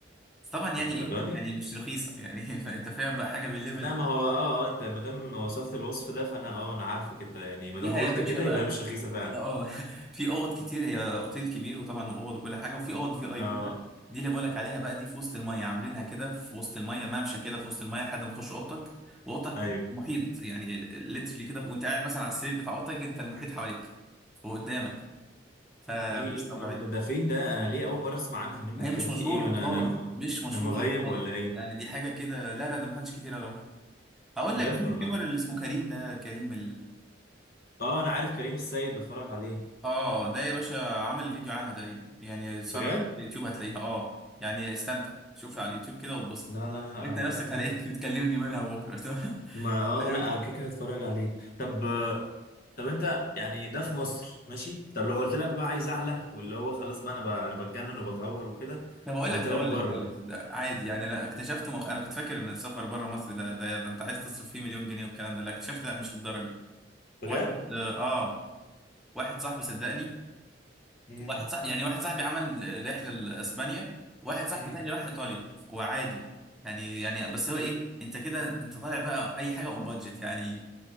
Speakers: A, in the centre; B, on the left.
A: بس طبعا يعني
B: للدرجه
A: ايه يعني
B: دي
A: مش رخيصه يعني <laughs> فانت فاهم بقى حاجه بالليفل
B: لا
A: ده
B: ما هو اه اه انت ما دام وصفت الوصف ده فانا اه انا عارفك انت يعني ما
A: فيها
B: دام قلت
A: يا باشا
B: كده
A: بقى
B: يبقى هي مش رخيصه فعلا
A: اه <laughs> في اوض كتير هي اوتيل كبير وطبعا واوض وكل حاجه وفي اوض في اي
B: اه
A: بي بقى دي اللي بقولك عليها بقى دي في وسط الميه عاملينها كده في وسط الميه ممشى كده في وسط الميه لحد ما تخش اوضتك واوضتك
B: ايوه
A: محيط يعني ليترلي كده وانت قاعد مثلا على السرير بتاع اوضتك انت المحيط حواليك وقدامك فمش
B: ايه ايه
A: طبيعيه
B: الجو ده ده فين ده انا ليه اول مره اسمع عنها منك
A: ما هي مش
B: كده
A: مشهوره
B: في ايه انا
A: خالص
B: انا م-
A: مش مشهوره
B: انا مغيب
A: خالص
B: ولا ايه
A: يعني دي حاجه كده لا لا ده محدش كتير يعرفها اقول
B: بجد
A: لك في اليوتيوبر
B: والله
A: اللي اسمه كريم ده كريم
B: اه انا عارف كريم السيد بتفرج عليه
A: اه ده يا باشا عامل فيديو عنها تقريبا يعني سهرة
B: بجد
A: اليوتيوب هتلاقيها اه يعني استمتع شوفها على اليوتيوب كده واتبسط
B: لا لا لا
A: وانت
B: ابقى
A: نفسك
B: اتفرج
A: هلاقيك تكلمني منها بكره <laughs>
B: ما اه
A: فاهم
B: لا كده كده هتفرج عليه طب طب انت يعني ده في مصر ماشي طب لو قلت لك بقى عايز اعلى واللي هو خلاص بقى انا ب... انا بتجنن وبتعور وكده
A: طب اقول
B: وقلت
A: لك
B: لك
A: اقول
B: بره
A: لك اقول لك ده عادي يعني انا اكتشفت مخ... انا كنت فاكر ان السفر بره مصر ده, ده ده انت عايز تصرف فيه مليون جنيه والكلام ده لا اكتشفت لا مش للدرجه
B: بجد
A: واحد اه واحد صاحبي صدقني
B: امم
A: واحد صاحبي يعني واحد صاحبي عمل رحله لاسبانيا واحد صاحبي
B: امم
A: تاني راح ايطاليا وعادي يعني يعني بس هو ايه انت كده انت طالع بقى اي حاجه اون بادجت يعني